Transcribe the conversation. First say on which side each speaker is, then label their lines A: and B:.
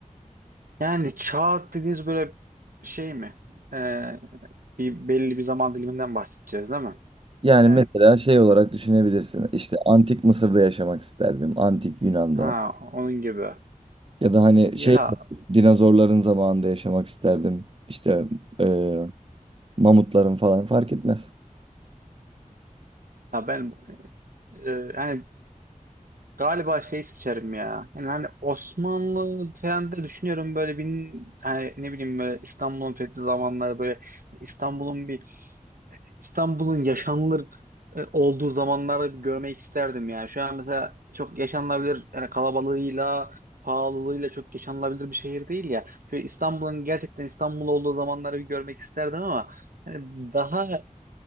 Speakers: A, on the right (about 80°); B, on the right (about 40°).
A: Yani çağ dediğiniz böyle şey mi? E, bir belli bir zaman diliminden bahsedeceğiz değil mi?
B: Yani
A: Yani
B: mesela şey olarak düşünebilirsin. İşte antik Mısır'da yaşamak isterdim. Antik Yunan'da.
A: ha onun gibi.
B: Ya da hani
A: Ya,
B: şey dinozorların zamanında yaşamak isterdim. İşte e, mamutların falan fark etmez.
A: ya ben Ee, yani galiba şey seçerim ya. Yani hani Osmanlı falan da düşünüyorum böyle bin hani ne bileyim böyle İstanbul'un fethi zamanları böyle İstanbul'un bir İstanbul'un yaşanılır e, olduğu zamanları bir görmek isterdim yani. Şu an mesela çok yaşanılabilir yani kalabalığıyla pahalılığıyla çok yaşanılabilir bir şehir değil ya. Şöyle İstanbul'un gerçekten İstanbul olduğu zamanları bir görmek isterdim ama hani daha